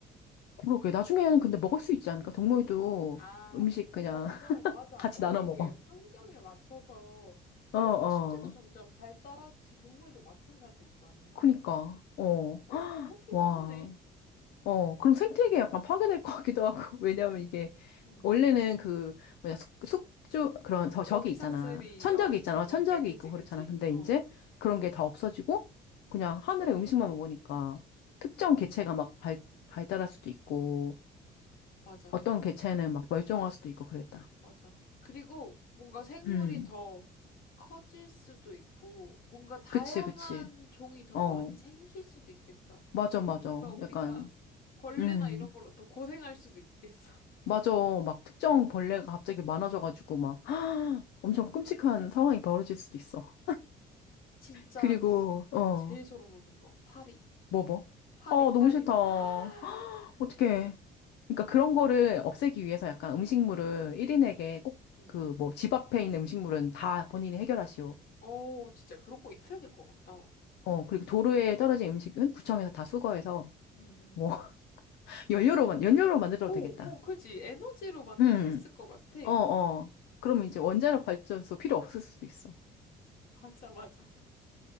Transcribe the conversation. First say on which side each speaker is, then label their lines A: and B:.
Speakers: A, on the left (about 80°); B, on the left (about 60°).
A: 그러게. 나중에는 근데 먹을 수 있지 않을까? 동물도
B: 아,
A: 음식 그냥
B: 점점,
A: <laughs>
B: 맞아.
A: 같이
B: 원래
A: 나눠
B: 이게
A: 먹어.
B: 환경에 맞춰서
A: 어,
B: 몸
A: 어.
B: 신체도 점점 발달하듯이 동물도 마찬가지일 거 아니야.
A: 그니까. 어.
B: 어, 그렇기도
A: 와,
B: 하네.
A: 어, 그럼 생태계 약간 파괴될 것 같기도 하고, <laughs> 왜냐면 이게,
B: 응.
A: 원래는 그, 뭐냐, 숙, 숙주, 그런, 저, 저기
B: 먹이
A: 있잖아.
B: 사슬이,
A: 천적이
B: 어, 있는
A: 있잖아. 어, 천적이
B: 건데. 그치,
A: 있고
B: 그치.
A: 그렇잖아. 근데
B: 어,
A: 이제 그런 게 다 없어지고, 그냥 하늘의 음식만 먹으니까, 특정 개체가 막 발, 발달할 수도 있고,
B: 맞아.
A: 어떤 개체는 막 멸종할 수도 있고 그랬다.
B: 맞아. 그리고 뭔가 생물이
A: 음,
B: 더 커질 수도 있고, 뭔가 다양한
A: 그치, 그치.
B: 종이 더
A: 어,
B: 많이 생길 수도 있겠다.
A: 맞아,
B: 이게
A: 맞아.
B: 뭔가 우리가
A: 약간,
B: 벌레나
A: 음.
B: 이런 걸로 더 고생할 수도 있겠어.
A: 맞아. 막 특정 벌레가 갑자기 많아져가지고 막 <gasps> 엄청
B: 음.
A: 끔찍한 상황이 벌어질 수도 있어.
B: 진짜
A: 그리고
B: 지-
A: 어,
B: 어, 제일 소름 돋는 거. 파리.
A: 뭐 뭐?
B: 파리,
A: 어,
B: 파리.
A: 너무 싫다. <gasps>
B: <gasps>
A: 어떡해. 그러니까 그런 거를 없애기 위해서 약간 음식물을 1인에게
B: 응,
A: 꼭
B: 응.
A: 그 뭐 집 앞에 있는 음식물은 다 본인이 해결하시오.
B: 오, 진짜 그런 거 있어야 될 것 같다.
A: 어, 그리고 도로에 떨어진 음식은 구청에서 다 수거해서
B: 응, 응.
A: 뭐 <laughs> 연료로만 연료로 만들어도
B: 오,
A: 되겠다.
B: 오, 그지. 에너지로 만들
A: 음.
B: 수 있을 것 같아.
A: 어, 어. 그러면 이제 원자력 발전소 필요 없을 수도 있어.
B: 맞아, 맞아.